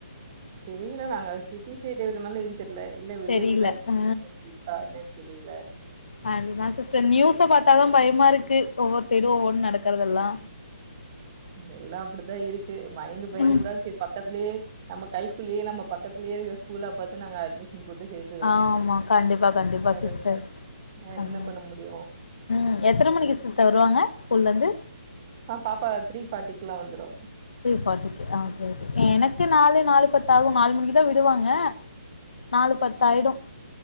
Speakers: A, on the right (about 20°); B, on the left (about 70°).
A: தெரில நாங்க சிட்டி சைட் இருக்கனால எது தெர்ல இல்ல வில்லேஜ்ல
B: தெரில
A: இருந்த
B: ஆ
A: <inaudible> என்னன் தெரில
B: அதுதா சிஸ்டர் நியூஸ பாத்தா தா பயமா இருக்கு ஒவ்வொரு சைடு ஒவ்வொன்னு நடக்கறதெல்லா
A: எல்லா அப்டித்தா இருக்கு பயந்து பயந்துதா
B: ம்
A: செ பக்கத்தலியே நம்ம கைக்குள்ளேயே நம்ம பக்கத்லேயே ஸ்கூல் ஆ பாத்து நாங்க அட்மிஷன் போட்டு சேத் ருக்றோ
B: ஆமா கண்டிப்பா கண்டிப்பா
A: வேற
B: சிஸ்டர்
A: என்ன வேற
B: ஆமா.
A: என்ன பண்ண முடியு
B: ம் எத்தன மணிக்கு சிஸ்டர் வருவாங்க ஸ்கூல்ல இந்து
A: ஆ பாப்பா த்ரீ ஃபார்ட்டிக்லா வந்துரு
B: த்ரே ஃபார்ட்டிக்கு ஆ ஓகே ஓகே எனக் க்கு நாலு நாலு பத்து ஆகு நாலு மணிக்கு தா விடுவாங்க நாலு பத்தாயிடு